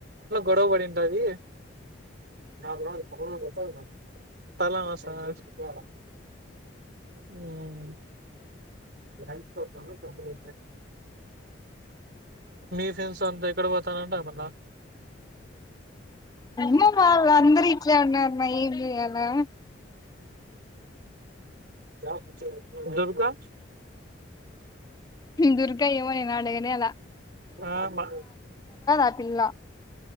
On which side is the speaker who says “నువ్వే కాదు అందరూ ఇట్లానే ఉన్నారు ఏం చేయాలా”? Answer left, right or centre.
Left